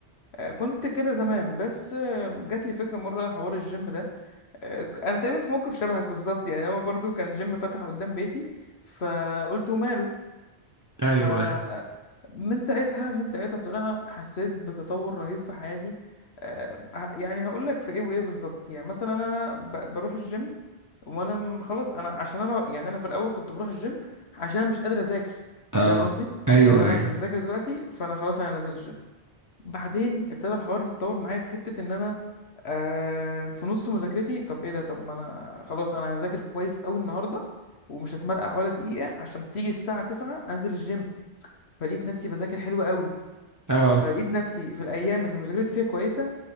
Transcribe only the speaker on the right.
ايوه
ايوه
اه
ايوه
ايوه
اه